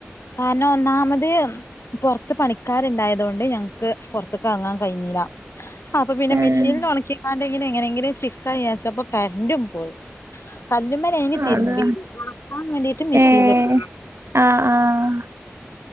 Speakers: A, on the left; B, on the right.
A: കാരണം ഒന്നാമത് പോർത്ത് പണിക്കാര്ണ്ടായതു കൊണ്ട് ഞ്ഞംക്ക് പോർത്ത്ക്ക് എറങ്ങാൻ കഴിഞ്ഞീല അപ്പ പിന്നെ
B: ഏഹ്
A: മെഷീൽ ഒണക്കി അത് അതെങ്ങനെങ്കിലും ചിക്കാന്ന് വിചാരിച്ചപ്പോ കര്ന്റും പോയി കല്ലുമ്മേ ക്കി കഴിഞ് തിര്മ്പി
B: അതാ
A: ഒണക്കാൻ വേണ്ടിട്ട് മെഷീൻല്
B: ഏഹ്
A: ഇട്ട്ണ്
B: ആഹ് ആഹ്